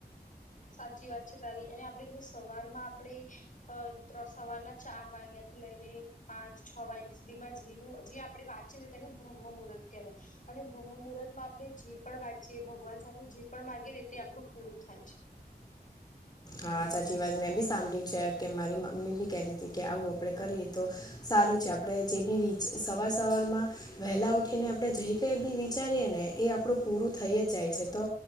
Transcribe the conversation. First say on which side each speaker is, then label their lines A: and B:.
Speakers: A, on the left; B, on the left.
A: સાચી વાત છે તારી અને આપડ જો સવાર માં આપણેે અ ત્ર સવારના ચાર વાગ્યા થી લઈને. પાંચ છ વાગ્યા સુધીમાં જે જે આપણે વાંચીએ ને તેને બ્રહ્મ મુહૂર્ત કહેવાય અને બ્રહ્મ મુહૂર્ત માં આપણે જે પણ વાંચીએ ભગવાન સાથે જે પણ માગી ને તે આપણું પૂરું થાય છે.
B: હા સાચી વાત મેં બી સાંભળ્યું છે કે મારી મમ્મી બી કતીી હતી કે આવું આપડણે કરીએ તો સારું છે આપણે જે બી સવાર સવાર માં વહેલા ઉઠીને આપણે જઈ કઈ બી વિચારીએ ને એ આપણું પૂરું થઈ જ જાય છે તો